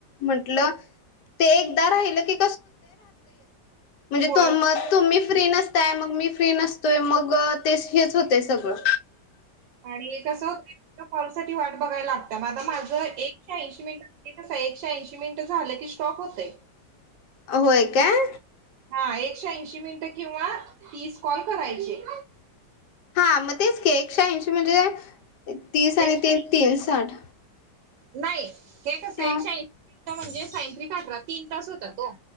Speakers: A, on the left; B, on the right.
A: म्हंटलं ते एकदा राहिलं की म्हण.
B: होय
A: फ्री नसताय मग मी फ्री नसतोय मग ते हेच होतय सगळं.
B: आणि एक कस होतंय मला तर कॉल साठी वाट बघायला लागतीया. म आता माझं एकशे ऐंशी मिनिटांसाठी कसं हाय एकशे ऐंशी मिनिटं झाल की स्टॉप होतय.
A: होय काय?
B: हा एकशे ऐंशी मिनटं किंवा तीस कॉल करायचे
A: हा मग तेच घ एकशहा ंशी म्हणजे तीस
B: एकशे
A: आणि तीन
B: ऐं
A: तीन साठ
B: नाही हे कसं
A: हा
B: एक शे ऐंशी मिनिटं म्हणजे सायंत्रीिक खठरा तीन तास होता तो